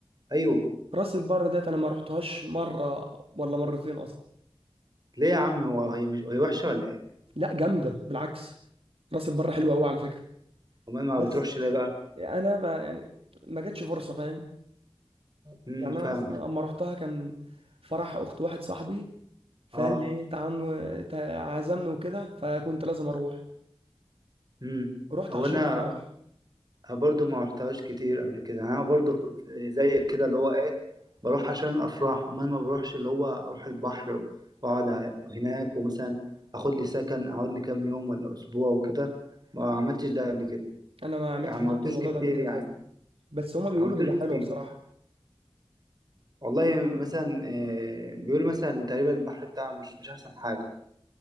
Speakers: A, on the right (about 40°); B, on the right (about 70°).
A: ايوه
B: راس البر ديت انا ما رحتهاش مره ولا مرتين اصلا
A: ليه يا عم هو هي مش هي وحشة ولا ايه
B: لا جامده بالعكس راس البر حلوه قوي على فكره
A: امال ما
B: بس
A: بتروحش ليه بقى
B: انا بقى يعني ما جاتش فرصه فاهم
A: امم
B: يعني انا
A: فاهم
B: اصلا اما رحتها كان فرح اخت واحد صاحبي فقال
A: اه
B: لي ايه تعال تع- عزمني وكده فكنت لازم اروح
A: امم
B: رحت
A: هو
B: عشان
A: انا
B: الفرح
A: برضو ما رحتهاش كتير قبل كده يعني انا برضو زيك كده اللي هو ايه بروح عشان الافراح امال ما بروحش اللي هو اروح البحر واقعد ع- هناك ومثلا اخد لي سكن اقعد لي كام يوم ولا اسبوع وكده ما عملتش ده قبل كده
B: انا ما عملتش
A: يعني
B: برضه
A: ما عملتوش
B: الموضوع
A: كتير
B: ده قبل كده
A: يعني
B: خالص بس هما بيقولوا
A: ما عملتوش
B: هي
A: كتير
B: حلوه بصراحه
A: والله مثلا آه، بيقولوا مثلا تقريبا البحر بتاعه مش مش احسن حاجة